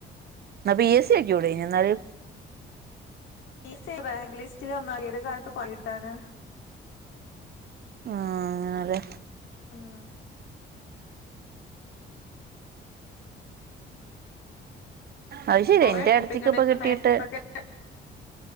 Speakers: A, on the right; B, on the left.
A: ഇന്നാ പി എസ് സി ഓക്ക്യൂടെയ്നൊ ഇന്നാല്.
B: പി എസി സി റാങ്ക് ലിസ്റ്റിൽ വന്നാ ഏത് കാലത്ത് പണികിട്ടാന.
A: ആഹ് അങ്ങനെലെ
B: ഉം
A: അഹ് ശര്യ.
B: കൊറേ
A: ഇന്റെ ഏട്ടത്തിക്ക്
B: ടോപ്പിക്ക്ണ്ട്
A: ഇപ്പ കിട്ടീട്ട്.
B: <unintelligible>